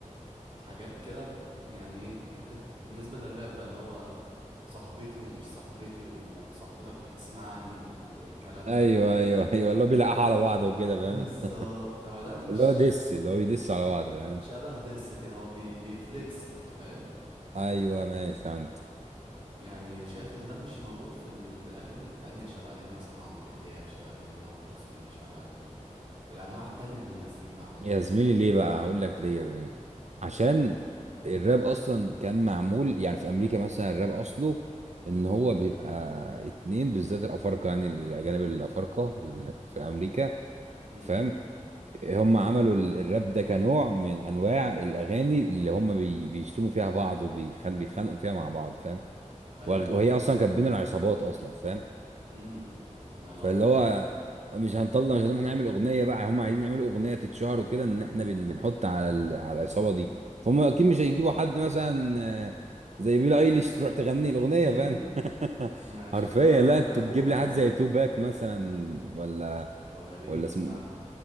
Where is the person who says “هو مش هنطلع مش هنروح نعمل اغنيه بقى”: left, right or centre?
Right